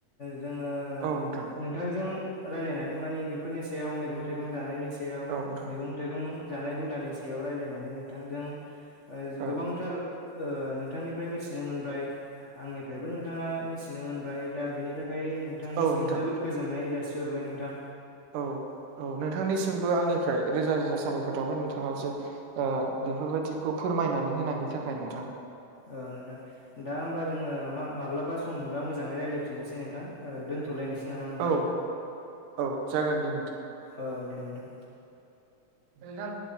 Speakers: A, on the left (about 65°); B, on the right (about 80°).
A: जोङो
B: औ नोंथां
A: नोंथांजों रायलायनानै मानि बेफोरनि सायाव मैगं थाइगं जानायनि सायाव सायाव
B: औ नोंथां
A: मैगं थाइगं जानाय हुदानि सायाव रायलायनानै नोंथांजों
B: औ
A: गोबांथार नोंथांनिफ्राय मिथिनो मोनबाय आंनिफ्रायबो नोंथाङा मिथि मिथिनो मोनबाय दा बिनि थाखाय नोंथांनिसिम
B: औ नोंथां
A: जोबोद गोजोननाय जासिहरबाय नोंथां
B: औ औ नोंथांनिसिमबो आंनिफ्राय रोजा रोजा साबायखर थाबाय नोंथाङा जे बेफोरबायदिखौ फोरमायनानै होनायनि थाखाय नोंथां
A: औ नोंथां दा होमबा जोङो मा माब्लाबा सम मोनबा मोजाङै रायलायफिननोसै नोंथां दोन्थ'लायनोसै नामा नोंथां
B: औ औ जागोन दे
A: औ दे नोंथां
B: नोंथां